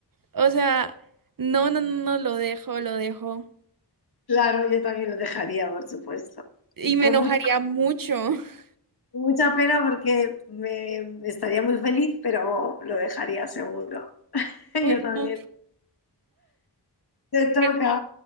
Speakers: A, on the right; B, on the left.
A: O sea, no, no, no, no, lo dejo, lo dejo.
B: claro, yo también lo dejaría, por supuesto.
A: Y me
B: Con
A: enojaría
B: mucha,
A: mucho. <laughs>
B: con mucha pena porque me estaría muy feliz, pero lo dejaría seguro. <laughs> Yo
A: Uy,
B: también.
A: no.
B: Te toca.
A: Bueno,